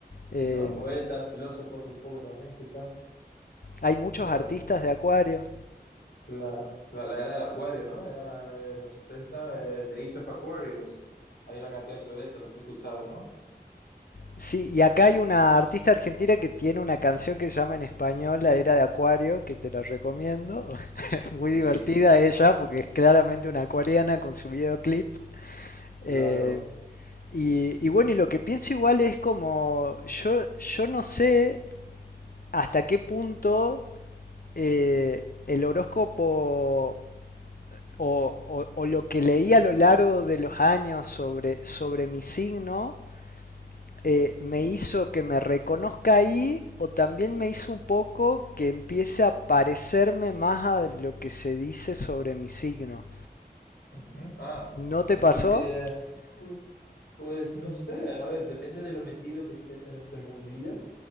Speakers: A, on the left; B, on the left.
A: Eh,
B: sí, ¿no? Poetas, filósofos un poco también, quizás.
A: hay muchos
B: Bueno,
A: artistas
B: tan
A: de Acuario.
B: claro. La, la era del acuario, ¿no? Era eh, los 60 eh, The Age of Aquarius. Hay una canción sobre eso, la has escuchado, ¿no?
A: Sí, y acá hay una artista argentina que tiene una canción que se llama en español La Era de Acuario, que te la recomiendo. <laughs> Es muy
B: Sí,
A: divertida
B: sí,
A: ella porque es claramente una acuariana con su videoclip.
B: claro.
A: Eh, y, y bueno, y lo que pienso igual es como, yo, yo no sé hasta qué punto eh, el horóscopo o, o- o lo que leí a lo largo de los años sobre, sobre mi signo eh, me hizo que me reconozca ahí o también me hizo un poco que empiece a parecerme más a lo que se dice sobre mi signo.
B: Ujú. Ah,
A: ¿No te
B: que
A: pasó?
B: tú te... Pues, pues no sé, a ver, depende de lo metido que estés en este mundillo.